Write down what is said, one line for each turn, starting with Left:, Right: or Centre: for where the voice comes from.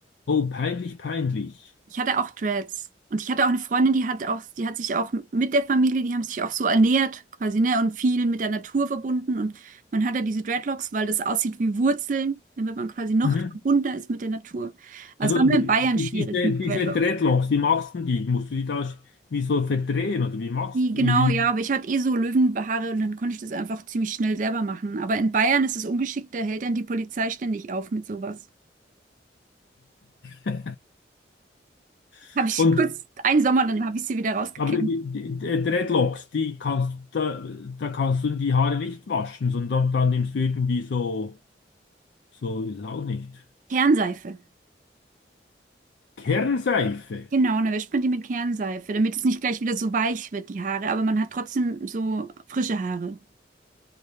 Left: Oh, peinlich, peinlich.
Right: Ich hatte auch Dreads. Und ich hatte auch eine Freundin, die hat auch, die hat sich auch mit der Familie, die haben sich auch so ernährt, quasi, ne, und viel mit der Natur verbunden. Und man hat ja diese Dreadlocks, weil das aussieht wie Wurzeln, damit man quasi noch
Left: Mhm.
Right: verbundener ist mit der Natur. Also
Left: Also
Right: es war nur
Left: die,
Right: in Bayern
Left: die-
Right: schwierig
Left: diese,
Right: mit
Left: diese
Right: Dreadlocks.
Left: Dreadlocks, wie machst du die? Musst du die da sch- wie so verdrehen oder wie machst
Right: Die, genau,
Left: du, wie,
Right: ja, aber ich hatte eh so Löwenhaare und dann konnte ich das einfach ziemlich schnell selber machen. Aber in Bayern ist es ungeschickt, da hält dann die Polizei ständig auf mit sowas.
Left: wie- <laughs>
Right: Habe ich
Left: und
Right: kurz einen Sommer, dann habe ich sie wieder rausgekämmt.
Left: Aber die, die, die Dreadlocks, die kannst, da, da kannst du die Haare nicht waschen, sondern dann nimmst du irgendwie so, so ist es auch nicht.
Right: Kernseife.
Left: Kernseife.
Right: Genau, und dann wäscht man die mit Kernseife, damit es nicht gleich wieder so weich wird, die Haare, aber man hat trotzdem so frische Haare.